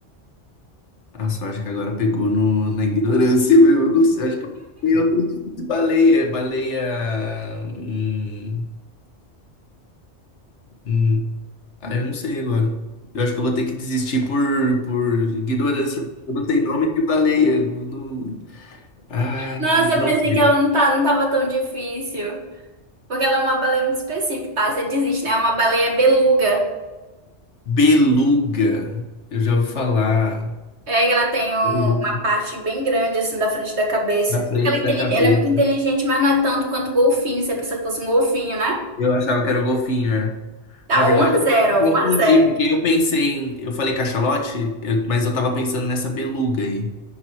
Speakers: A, on the left; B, on the right.
A: Ah, só acho que agora pegou no... na ignorância mesmo. Eu não sei. Acho que é outro tipo de baleia. É Baleia. Hum... hum. Ah, eu não sei agora. Eu acho que eu vou ter que desistir por, por ignorância. Eu não tenho nome de baleia. Não- não- Ah,
B: Nossa,
A: não
B: eu pensei
A: sei.
B: que ela não tá, não tava tão difícil. Porque ela é uma baleia muito específica, tá? Você desiste, né? É uma baleia beluga.
A: Beluga. Eu já ouvi falar.
B: É que ela tem um-
A: Beluga
B: uma parte bem grande, assim, da frente da cabeça.
A: na frente
B: Ela é, intelig-
A: da cabeça.
B: ela é muito inteligente, mas não é tanto quanto golfinho. Você pensou que fosse um golfinho, né?
A: Eu achava que era o golfinho, é.
B: Tá,
A: Na verdade,
B: um a zero,
A: eu confundi,
B: um a zero.
A: porque eu pensei em. Eu falei cachalote, eu- mas eu tava pensando nessa beluga aí.